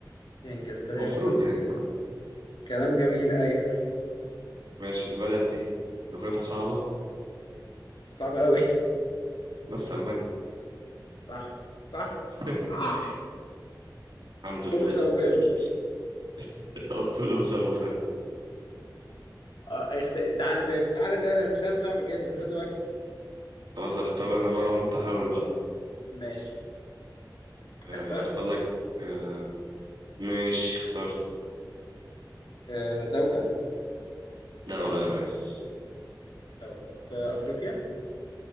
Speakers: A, on the left; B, on the right.
A: يا إنجلترا
B: المفروض
A: يا فرنسا
B: يعني
A: كلام جميل أيوه
B: ماشي البلد دي لغتها صعبة
A: صعب أوي
B: بس المانيا
A: <laughs> صح صح
B: <laughs>
A: آه.
B: الحمد
A: كله
B: لله
A: بسبب
B: وصلت
A: هتلر
B: <laughs> كله بسببه فعلا
A: آه، اخت... تعالى تاني تعالى تاني انا مش هسمح بكده انا لازم اكسب
B: خلاص اختار انا بقى وانت حاول بقى
A: ماشي
B: آه،
A: اختار
B: اختار لك آه، ماشي اخترت
A: آه، دولة
B: دولة يا ريس
A: دولة في افريقيا